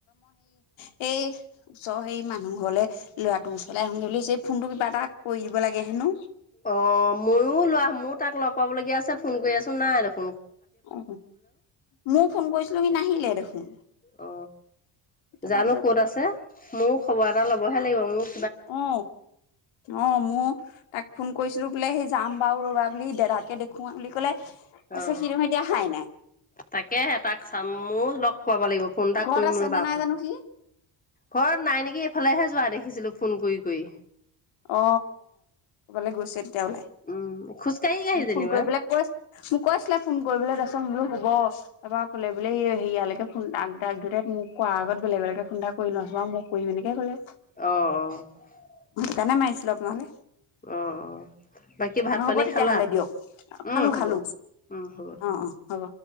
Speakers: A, on the left; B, on the left.
A: সেই ওচৰ সেই মানুহ ঘৰলৈ ল'ৰাটোৰ ওচৰলৈ আহোঁ ধলি যে এই ফোনটো কিবা এটা কৰি দিব লাগে হেনো
B: অ ময়ো লোৱা ময় তাক লগ পাবলগীয়া আছে ফোন কৰি আছো নাই দেখ
A: অ ময় ফোন কৰিছিলো কি নাহিলে দেখোন
B: অ
A: তাৰপৰা
B: জানো কত আছে মোৰ খবৰ এটা লবহে লাগিব মোক
A: অ অ ম তাক ফোন কৰিছিলো বোলে সেই যাম বাাৰু ৰ'বা বুলি দোদাকে দেখোৱা বুলি কলে তাৰপিছত
B: অ
A: সি দেখোন এতিয়া অহাই নাই
B: তাকে তাক চাম মোৰ লগ পাব লাগিব ফোন এটা
A: ঘৰত
B: কৰিম
A: আছে
B: ৰব
A: নে
B: আকো
A: নাই জানো সি
B: ঘৰত নাই নেকি এইফালেহে যোৱা দেখি দেখিছিলো ফোন কৰি কৰি
A: অ অ ক'বালৈ গৈছিল তেওঁ ওলাই
B: উম খোজকাঢ়ি কাঢ়ি যেনিবা
A: ফোন কৰিব কৈ মোক কৈছিলে ফোন কৰিবলৈ তছলো হ'ব এাৰ কোলে বোলে এই হেয়ালৈকে ফোন এক দুটাই মোক কোৱাৰ আগত বেলেগ বেলেগে ফোন এটা কৰি ন যোৱা মোক কৰিম এনেকে গ'লে
B: আহ আহ
A: কেনে মাৰিছিলোঁ আপোনালৈ
B: অ অ বাকী ভাত
A: হ'ব
B: পানী
A: তেতিয়াহ'লে
B: খালা
A: দিয়ক খালো
B: উম হ'ব
A: খালো
B: উম হ'ব
A: অ অ হ'ব